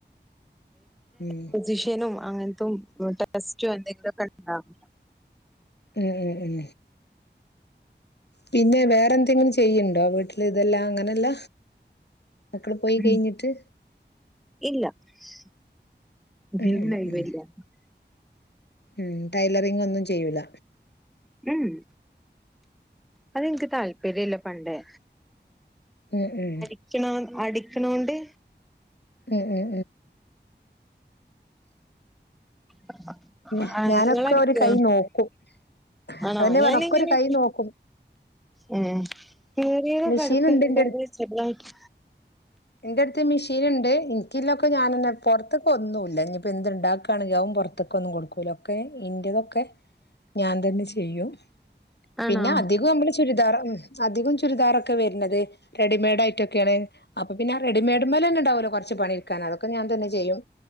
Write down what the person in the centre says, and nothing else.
ഫിസിഷ്യനും അങ്ങനത്തും ബ്ലഡ്ഡ് ടെസ്റ്റും അങ്ങനത്തെ ഒക്കെ എന്തെങ്കിലുമൊക്കെണ്ടാവും
ഉം ഇല്ല <unintelligible>
ഉം അതെനിക്ക് താല്പര്യ ഇല്ല പണ്ടേ
അടിക്ണോ അടിക്ണോണ്ട്
<inaudible>
ആഹ്
നിങ്ങൾ അടിക്കോ
ആണോ
ഞാനങ്ങനെ
ഏ പിടിയകൾ ഒക്കെ
അടുത്ത്
ഉണ്ടെങ്കിൽ
ചെറുതായിട്ട്
ആണോ